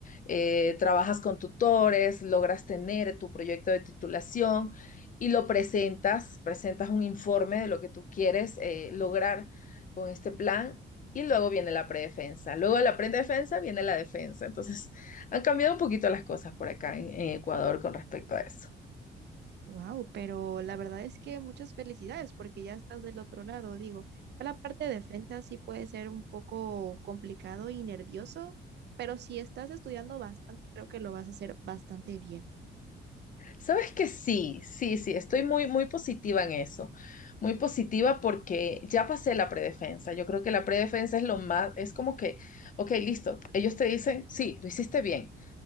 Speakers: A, on the left (about 40°); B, on the right (about 60°).
A: eh, trabajas con tutores, logras tener tu proyecto de titulación y lo presentas, presentas un informe de lo que tú quieres eh, lograr con este plan y luego viene la predefensa. Luego de la predefensa viene la defensa. Entonces, han cambiado un poquito las cosas por acá en, en Ecuador con respecto a eso.
B: Wow, pero la verdad es que muchas felicidades porque ya estás del otro lado, digo. Ya la parte de defensa sí puede ser un poco complicado y nervioso, pero si estás estudiando bastante, creo que lo vas a hacer bastante bien.
A: Sabes que sí, sí, sí, estoy muy, muy positiva en eso. Muy positiva porque ya pasé la predefensa. Yo creo que la predefensa es lo más, es como que, ok, listo, ellos te dicen, sí, lo hiciste bien.